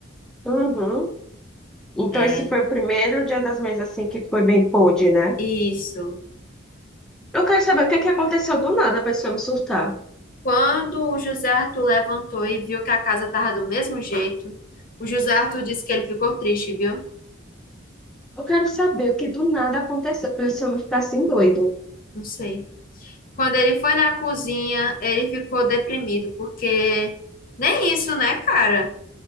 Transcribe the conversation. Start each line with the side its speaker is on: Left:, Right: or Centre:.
Centre: Uhum. Então
Left: É,
Centre: esse foi o primeiro dia das mães assim que foi bem pôde, né?
Left: isso.
Centre: Eu quero saber o que que aconteceu do nada para esse homem surtar.
Left: Quando o José Arthur levantou e viu que a casa estava do mesmo jeito, o José Arthur disse que ele ficou triste, viu?
Centre: Eu quero saber o que do nada aconteceu para esse homem ficar assim doido.
Left: Não sei. Quando ele foi na cozinha, ele ficou deprimido, porque nem isso, né, cara?